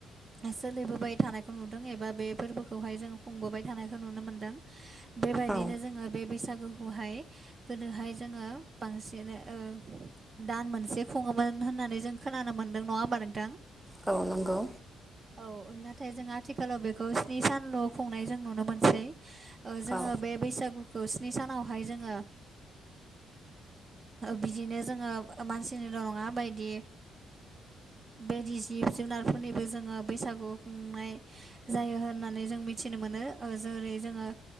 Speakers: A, on the right; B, in the centre.
A: सोलिबोबाय थानायखौ नुदों एबा बे फोरबोखौहाय जों खुंबोबाय थानायखौ नुनो मोन्दों। बेबायदिनो
B: औ
A: जोङो बे बैसागुखौहाय गोदोहाय जोङो बांसेनो ओ दान मोनसे खुङोमोन होननानै जों खोनानो मोनदों नङा होमबा नोंथां।
B: गावनांगौ
A: औ नाथाय जों आथिखालाव बेखौ स्नि सानल' खुंनाय जों नुनो मोनसै। जोङो
B: औ
A: बे बैसागुखौ स्नि सानावहाय जोङो बिदिनो जोङो मानसिनिल' नङा बायदि बेदि जिब जुनारफोरनिबो जोङो बैसागु खुंनाय जायो होननानै जों मिथिनो मोनो जेरै जोङो